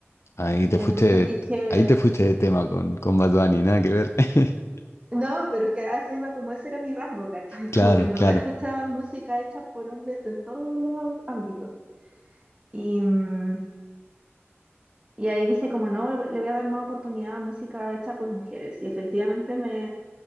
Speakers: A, on the left (about 75°); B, on the right (about 25°).
A: ahí te
B: entonces
A: fuiste,
B: dije,
A: ahí te fuiste de tema con, con Bad Bunny, nada que ver. <laughs>
B: no, pero es que a eso iba como ese era mi rango, ¿cachai? <laughs> Como
A: Claro,
B: que en verdad
A: claro.
B: escuchaba música hecha por hombres en todos los ámbitos. Y, mm, y ahí dije, como no, le voy a dar más oportunidad a música hecha por mujeres. Y efectivamente me,